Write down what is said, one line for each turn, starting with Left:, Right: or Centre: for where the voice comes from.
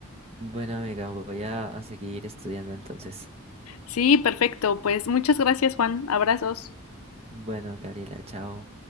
Right: Bueno, amiga, voy a, a seguir estudiando entonces.
Left: Sí, perfecto. Pues muchas gracias, Juan. Abrazos.
Right: Bueno, Gabriela, chao.